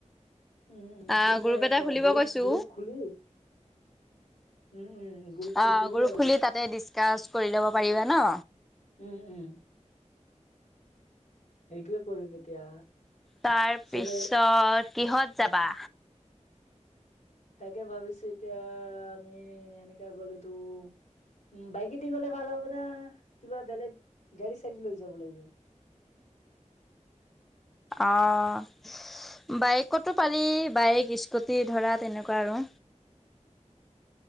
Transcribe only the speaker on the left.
উম
ঠিক আছে
এটা
গ্ৰুপ
গ্ৰুপ খুলি উম উম গ্ৰুপটো
আৰু
উম-উম সেইটোৱে কৰিম এতিয়া।
চবে
তাকে ভাবিছো এতিয়া আমি এনেকা গলেতো উম বাইকেদি গলে ভাল হব না, কিবা বেলেগ গাড়ী-চাড়ী লৈ যাব লাগিব।